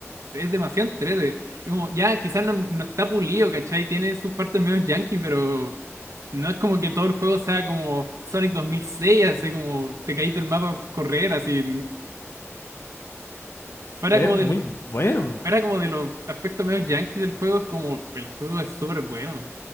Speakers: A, on the right; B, on the left.
A: es demasiado en 3D. Es como, ya, quizás no, no está pulido, ¿cachai? Tiene sus partes medio yankee, pero no es como que todo el juego sea como Sonic dos mil seis así como te caíste del mapa por correr, así. Fuera
B: es
A: como del,
B: muy bueno.
A: fuera como de los aspectos medio yankee del juego, es como, el juego es súper bueno.